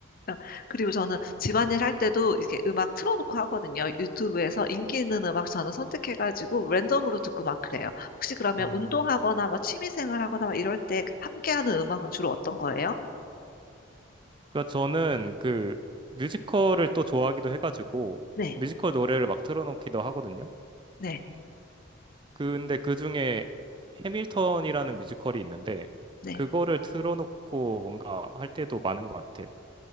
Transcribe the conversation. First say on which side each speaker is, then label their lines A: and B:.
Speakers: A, on the left; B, on the right.
A: 그 그리고 저는 집안일 할 때도 이게 음악 틀어놓고 하거든요. 유튜브에서 인기 있는 음악 저는 선택해가지고 랜덤으로 듣고 막 그래요. 혹시 그러면
B: 음.
A: 운동하거나 뭐 취미생활 하거나 막 이럴 때 함께하는 음악은 주로 어떤 거예요?
B: 그러니까 저는 그 뮤지컬을 또 좋아하기도 해가지고
A: 네,
B: 뮤지컬 노래를 막 틀어놓기도 하거든요.
A: 네,
B: 근데 그 중에 해밀턴이라는 뮤지컬이 있는데
A: 네.
B: 그거를 틀어놓고 뭔가 할 때도 많은 것 같아요.